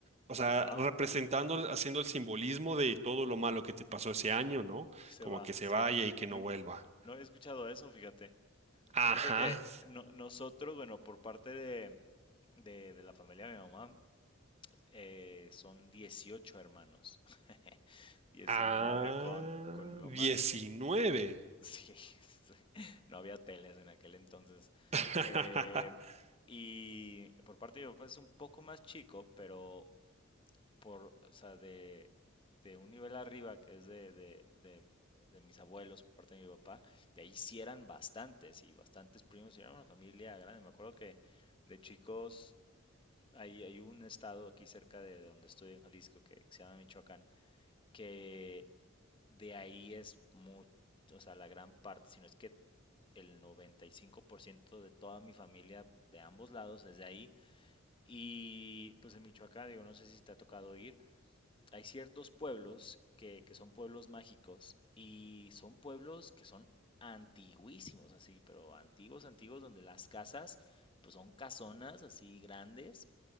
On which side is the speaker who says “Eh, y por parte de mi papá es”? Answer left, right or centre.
Left